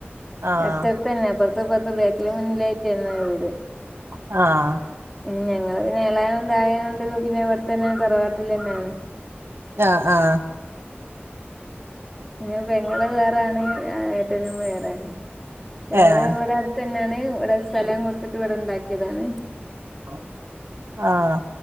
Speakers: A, on the right; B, in the centre.
A: ആഹ്
B: അടുത്തഡ്‌. തന്നെ അപ്പറത്ത്പ്പറത്ത് ബേക്കിലും മുന്നില ആയിട്ടെയിരുന്നു വീട്.
A: ആഹ.
B: ഇനി ഞങ്ങള് പിന്നെ എളെയും തായ കൊണ്ട് പിന്നെ ഇവിടെത്തന്നെ തറവാട്ടിലെന്നെണ്..
A: ആ ആഹ.
B: ഇങ്ങള് പെങ്ങൾ വേറെണ് ഏട്ടനും വേറേണ് ഞങ്ങള്
A: ഏഹ്
B: ഇവിടെട് തന്നെണ് ഇവിടെ സ്ഥലം കൊടുത്തിട്ട് ഇവിടെണ്ടാക്കിയതാണ്.
A: ആം. ആഹആ.